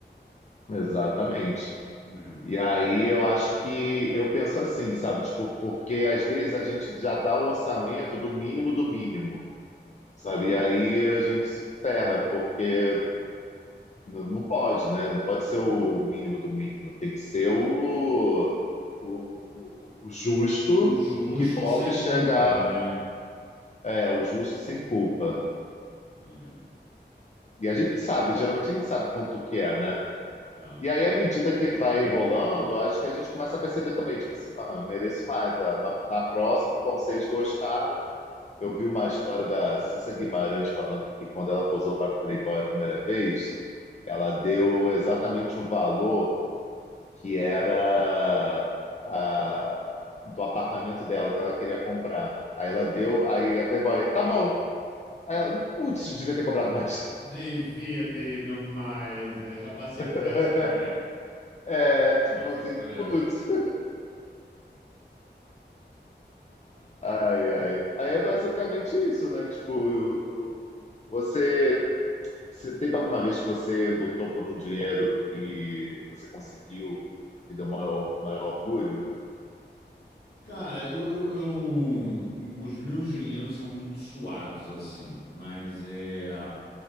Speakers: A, on the left; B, on the left.
A: exatamente.
B: É.
A: E aí eu acho que eu penso assim, sabe, tipo, porque às vezes a gente já dá o orçamento do mínimo do mínimo, sabe, e aí a gente se ferra, porque Não, não pode, né? Não pode ser o mínimo do mínimo. Tem que ser o, o, o- o justo
B: O justo
A: que pode
B: sem
A: chegar,
B: culpa, né?
A: é, o justo sem culpa.
B: Entendi.
A: E a gente sabe, geralmente a gente sabe quanto que é, né?
B: É.
A: E aí, à medida que vai rolando, acho que a gente começa a perceber também, tipo assim, não, eu mereço mais. Ah, Na, na próxima, bom, vocês gostaram. Eu vi uma história da Cissa Guimarães falando que quando ela posou para Playboy a primeira vez, ela deu exatamente o valor que era a- do apartamento dela que ela queria comprar. Aí
B: Aham.
A: ela deu, aí a Playboy, tá bom. Aí ela, putz, devia ter cobrado mais.
B: Devia ter ido mais. É, já passei
A: <laughs>
B: por essa também.
A: É, tipo
B: Já passei
A: assim,
B: por essa.
A: putz. <laughs>
B: É.
A: Ai, ai. Aí é basicamente isso, né? Tipo, o- o- você, você teve alguma vez que você lutou por um dinheiro e você conseguiu e deu maior, maior orgulho?
B: Cara, eu, eu, eu- os meus dinheiros são muito suados, assim, mas é.